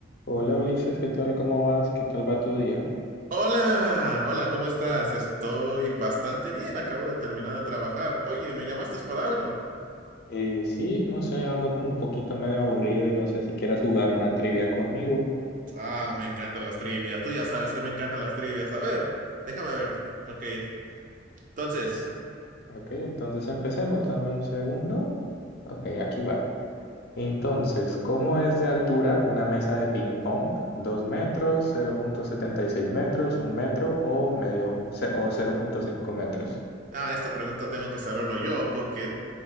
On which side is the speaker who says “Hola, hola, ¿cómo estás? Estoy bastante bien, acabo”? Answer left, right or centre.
Right